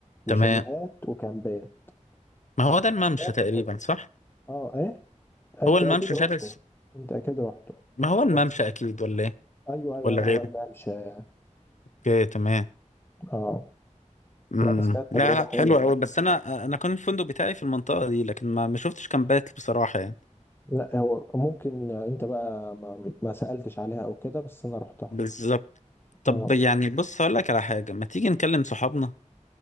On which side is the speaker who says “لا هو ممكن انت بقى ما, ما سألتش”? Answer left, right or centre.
Left